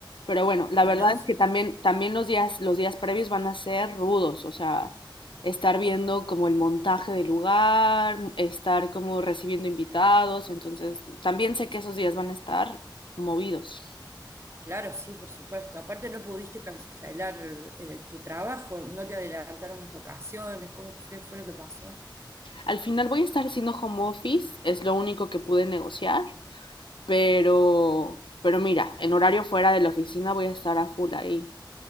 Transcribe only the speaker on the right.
Bueno,
s-
claro, sí, por supuesto. Aparte no pudiste cancelar eh, tu trabajo, no te adelantaron las vacaciones, ¿cómo fue, fue lo que pasó?